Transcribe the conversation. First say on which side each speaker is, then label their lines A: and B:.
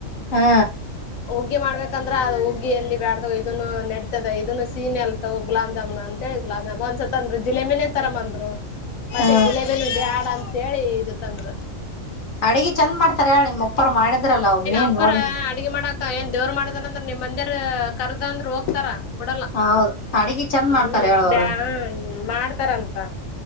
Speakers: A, on the left (about 50°); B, on the left (about 85°).
A: ಹಾ
B: ಹುಗ್ಗಿ ಮಾಡಬೇಕಂದ್ರೆ ಅದು ಹುಗ್ಗಿಎಲ್ಲಿ ಬ್ಯಾಡ್ದವು ಇದನ್ನು ನಡತದೆ ಇದನು ಸೀನ್ ಎಲ್ತವು ಗುಲಾಬ್ ಜಾಮುನ್ ಅಂತ ಲ ಒಂದ್ಸ ಅಂದ್ರು ಜಿಲೇಬಿನೇ ತರ ಅಂದ್ರು ಮತ್ತೆ
A: ಹಾ
B: ಜಿಲೇಬಿನು ಬ್ಯಾಡ ಅಂತೇಳಿ ಇದು ತಂದ್ರು
A: ಅಡಿಗೆ ಚಂದ್ ಮಾಡ್ತಾರ ಹೇಳ ನಿಮ್ಮ ಒಪ್ಪರ್ ಮಾಡಿದ್ರಲ್ಲ ಅವ ಏನ್
B: ಅಪ್ಪಾರ
A: ನೋಡಿನಿ
B: ಅಡ್ಗಿ ಮಾಡಾಕ ಏನ್ ದೇವ್ರ ಮಾಡದಲ್ಲ ಅಂದ್ರೆ ನಿಮ್ಮ ಮಂದಿರ ಕರ್ದ ಅಂದ್ರ ಹೋಗ್ತಾರ ಬಿಡಲ್ಲ
A: ಹೌದ್ ಅಡಗಿ ಚಂದ್
B: ಹೂ
A: ಮಾಡ್ತಾರ ಹೇಳ ಅವ್ರು
B: ಬ್ಯಾ ಮಾಡ್ತಾರಂತ